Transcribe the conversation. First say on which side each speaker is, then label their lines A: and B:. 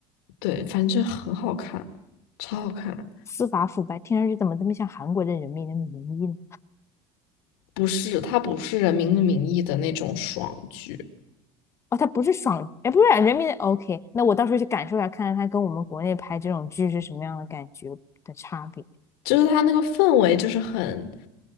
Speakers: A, on the left (about 85°); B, on the left (about 20°).
A: 对，反正很好看，超好看，
B: 司法腐败，听上去怎么这么像韩国的人民的名义呢？
A: 不是它不是《人民的名义》的那种爽剧，
B: 哦，他不是爽，哎，不是啊人民的 OK，那我到时候去感受一下，看看他跟我们国内拍这种剧是什么样的感觉的差别。
A: 就是它那个氛围就是很